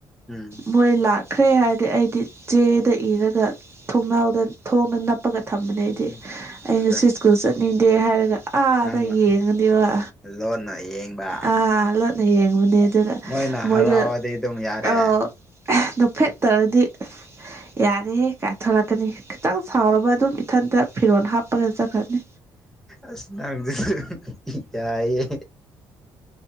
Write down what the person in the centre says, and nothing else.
ꯎꯝ
ꯎꯝ
ꯑꯗꯨꯗ
ꯅꯪꯅ
ꯂꯣꯟꯅ ꯌꯦꯡꯕ
ꯃꯣꯏꯅ
ꯍꯔꯥꯎꯔꯗꯤ ꯑꯗꯨꯝ ꯌꯥꯔꯦ
ꯑꯁ ꯅ <inaudible> ꯌꯥꯏꯌꯦ